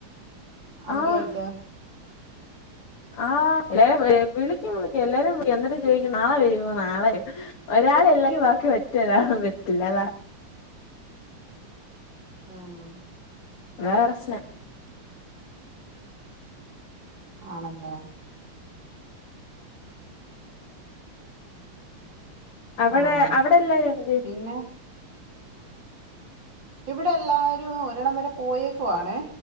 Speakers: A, on the right; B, on the left.
A: അവധിയായിട്ട്
B: ആഹ് ആഹ് എല്ലാരും വിളിക്കും വിളിക്കും എല്ലാരും വിള എന്നിട്ട് ചോദിക്കും നാളെ വരുവോ നാളെ വരുവോ ഒരാൾ ഇല്ലെങ്കി ബാക്കി മറ്റൊരാളും വര്ത്തില്ല അതാ
A: ഉം
B: വേറെ <unintelligible>
A: ആണല്ലേ
B: അവടെ
A: ആഹ്
B: അവടെ എല്ലാരും എന്തെ
A: പിന്നെ ഇവിടെ എല്ലാരും ഒരിടം വരെ പോയേക്കുവാണേ